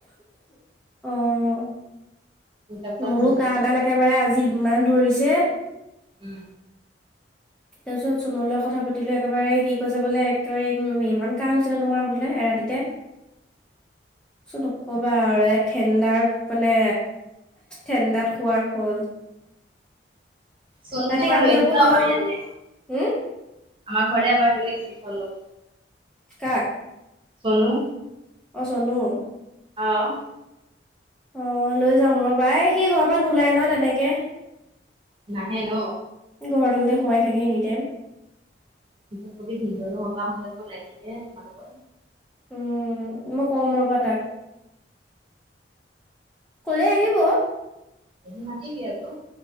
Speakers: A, in the centre; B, on the right.
A: অ'।
B: তাৰ
A: মোৰো
B: পিছত উলিয়াই
A: কাহ ডাল একেবাৰে আজি ইমান ধৰিছে।
B: উম
A: তাৰপিছত চুনুলৈ কথা পাতিলো একেবাৰে সি কৈছে বোলে একেবাৰে ইমান কাহ হৈছে নে তোমাৰ বোলে এৰাতিতে।
B: <inaudible>
A: চোন নকবা আৰু ঠেণ্ডাৰ মানে ঠেণ্ডাত খোৱাৰ ফল।
B: চনুক
A: ৰাতি
B: এবাৰ
A: কাপোৰ
B: লৈ আহিবি
A: চাপোৰ
B: অ
A: নলওঁ
B: আমাৰ ইয়ালে
A: উম
B: আমাৰ ঘৰলে এবাৰ লৈ আহিবি চনুক।
A: কাক?
B: চনো।
A: অ চনো।
B: অ'।
A: অ লৈ যাম ৰপ বাই সি ঘৰৰ পৰা নোলায় নহই তেনেকে।
B: নাহে ন।
A: ঘৰৰ তলতে সোমাই থাকে এনি টাইম।
B: প্ৰত্যেকে ভিনদৌ হতৰ ঘৰৰ পৰা আহোংগে বলা তেতিয়াহে তোমালোকৰ
A: উম মই কম ৰ'বা তাক কলে আহিব
B: নামাটিবি আকৌ